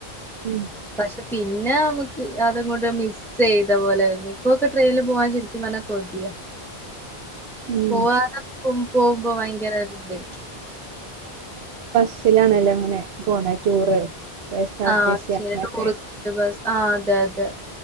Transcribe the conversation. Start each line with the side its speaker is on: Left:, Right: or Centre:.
Right: ഉം
Centre: പക്ഷെ പിന്നെ നമുക്ക് അതങ്ങോട്ട് മിസ്സ് ചെയ്ത പോലെന്ന് ഇപ്പൊക്കെ ട്രെയിനിൽ പോവാൻ ശരിക്കും പറഞ്ഞ കൊതിയ
Right: ഉം
Centre: പോവാതെപ്പെ
Right: ഉം.
Centre: പോകുമ്പോ ഭയങ്കര ഇതായിരിക്കും
Right: ബസിലണല്ലോ അങ്ങനെ പോണേ ടൂറ് കെ എസ് ആർ
Centre: ആ
Right: ടി സി
Centre: ശരി
Right: അങ്ങനൊക്കെ
Centre: ടൂറിസ്റ്റ് ബസ് ആ അതെ അതെ